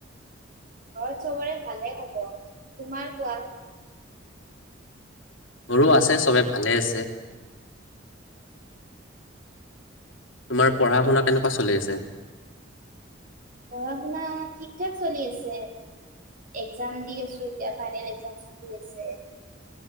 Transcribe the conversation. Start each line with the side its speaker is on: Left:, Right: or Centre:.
Right: ঘৰত সবৰে ভালে হব তোমাৰ কোৱা।
Left: মোৰো আছে সবে ভালে আছে। তোমাৰ পঢ়া শুনা কেনেকুৱা চলি আছে।
Right: পঢ়া শুনা ঠিক ঠাক চলি আছে। এক্সাম দি আছো এতিয়া ফাইনেল এক চলি আছে।